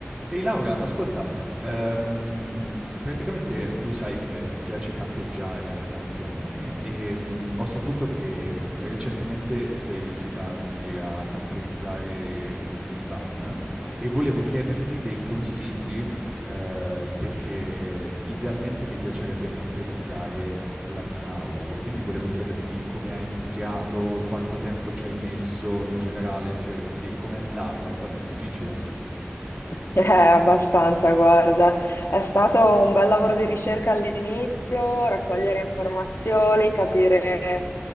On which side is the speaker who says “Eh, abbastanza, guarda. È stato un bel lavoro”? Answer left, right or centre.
Left